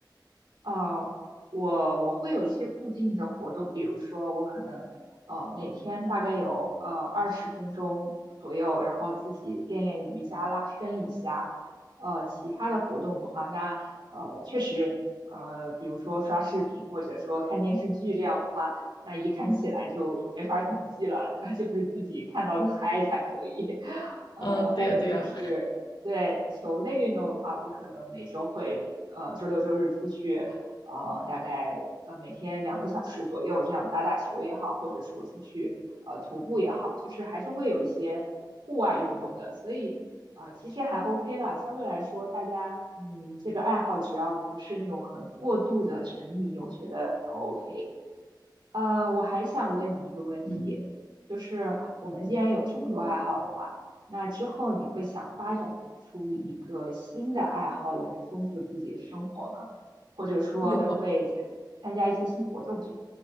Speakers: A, on the right; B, on the left.
A: 啊，我我会有一些固定的活动，比如说我可能呃每天大概有呃二十分钟左右，然后自己练练瑜伽、拉伸一下。呃，其他的活动的话，那呃确实呃，比如说刷视频或者说看电视剧这样的话，那一看起来就没法统计了，<laughs> 就是自己看到嗨才可以。<laughs> 呃，
B: 呃，对呀，
A: 还有就是对球类运动的话，
B: 对呀，
A: 我可能每周会。呃，周六周日出去呃，大概呃每天两个小时左右这样打打球也好，或者说出去呃徒步也好，就是还是会有一些户外运动的，所以呃其实还 OK 啦，相对来说大家嗯这个爱好只要不是那种很过度的沉迷，我觉得都 OK。呃，我还想问你一个问题，
B: 嗯，
A: 就是我们既然有这么多爱好的话，那之后你会想发展出一个新的爱好来丰富自己的生活吗？或者说会参参加一些新活动这样？
B: 有啊，